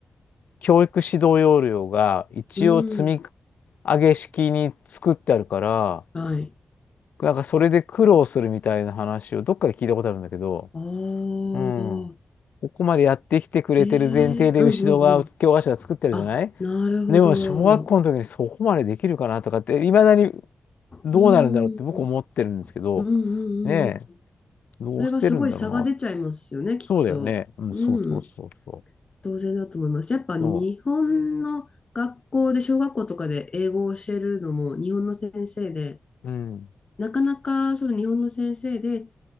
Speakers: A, on the left; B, on the left.
A: 教育指導要領が一応積み
B: うん、
A: 上げ式に作ってあるから、
B: はい。
A: なんかそれで苦労するみたいな話をどっかで聞いたことあるんだけど、
B: ああ、
A: うん。ここまでやってきてくれてる前提で、
B: ええ、うん、
A: 後ろ側、
B: うん、うん。
A: 教科書が作ってるじゃない
B: あ、なるほど。
A: でも、小学校の時にそこまでできるかなとかって、いまだにどうなるんだろうって僕思ってるんですけど、
B: うん、うん、うん、
A: ね
B: うん。うん
A: え、どうしてるんだろうな。
B: それはすごい差が出ちゃいますよね、きっと。
A: そうだよね。うん、
B: うん、
A: そうそうそうそう。
B: 当然だと思います。やっぱ日本の学校で、
A: そ
B: 小学校とかで英語を教えるのも、日本の先生で、
A: う。うん、
B: なかなかその日本の先生で、